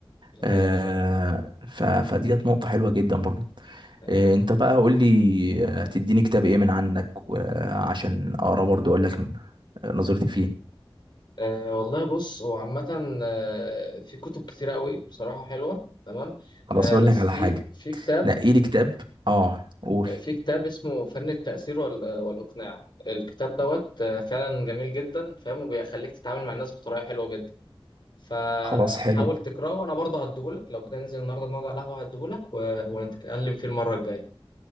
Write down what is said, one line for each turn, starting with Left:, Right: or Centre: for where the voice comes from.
Left: دي
Right: آه،
Left: حقيقة فعلا دي
Right: ف- فديت نقطه حلوه جدا برضو
Left: حقيقة.
Right: آه، انت بقى قول لي آه، هتديني كتاب ايه من عندك آه، عشان اقرا برضو اقول لك آه، نظرتي فيه
Left: أه والله بص هو عامة آه، في كتب كتيرة قوي بصراحة حلوة تمام
Right: خلاص
Left: أه
Right: اقول
Left: بس
Right: لك على
Left: في
Right: حاجه
Left: في كتاب
Right: نقي لي كتاب اه قول
Left: في كتاب اسمه فن التأثير وال- والإقناع الكتاب دوت آه، فعلا جميل جدا فاهم وبيخليك تتعامل مع الناس بطريقة حلوة جدا فحاول
Right: خلاص حلو
Left: تقرأه وأنا برضه هديهولك لو كده ننزل النهاردة نقعد على القهوة هديهولك و- ونتكلم فيه المرة الجاية